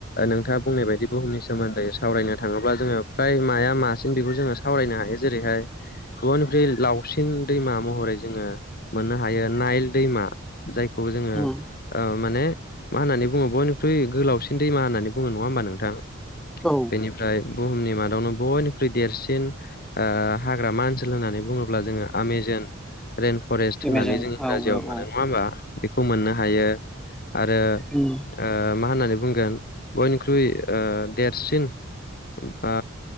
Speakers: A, on the left (about 45°); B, in the centre.
A: नोंथाङा बुंनाय बायदि बुहुमनि सोमोन्दै सावरायनो थाङोब्ला जोङो फ्राय माया मासिन बेखौ जोङो सावरायनो हायो। जेरैहाय बयनिफ्राय लावसिन दैमा महरै जोङो मोननो हायो नाइल दैमा जायखौ जोङो
B: उम
A: ओ माने मा होननानै बुङो बयनिख्रुइ गोलावसिन दैमा होननानै बुङो नङा होमबा नोंथां
B: औ
A: बेनिफ्राय बुहुमनि मादावनो बयनिख्रुइ देरसिन हाग्रामा ओनसोल होननानै बुङोब्ला जोङो आमस जोन। रइेन फरेस्ट
B: एमाजन
A: होननानै जों इंराजियाव
B: औ औ
A: मोनो
B: औ
A: नङा होमबा बेखौ मोननो हायो आरो। आ
B: उम
A: मा होननानै बुंगोन बयनिख्रुइ आ देरसिन बा